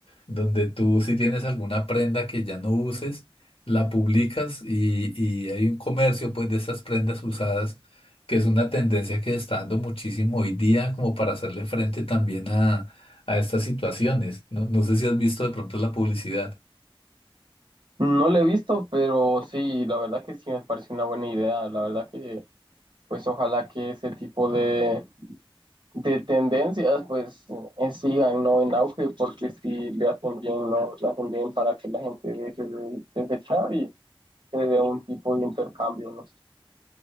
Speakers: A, on the left; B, on the right.
A: donde tú si tienes alguna prenda que ya no uses, la publicas y, y hay un comercio pues de esas prendas usadas, que es una tendencia que está dando muchísimo hoy día como para hacerle frente también a, a estas situaciones. No, no sé si has visto de pronto la publicidad.
B: No lo he visto, pero sí, la verdad que sí me parece una buena idea. La verdad que, pues ojalá que ese tipo de, de tendencias, pues eh, sigan, ¿no? En auge, porque si le hacen bien, ¿no? Le hacen bien para que la gente deje de desechar y se dé un tipo de intercambio, ¿no?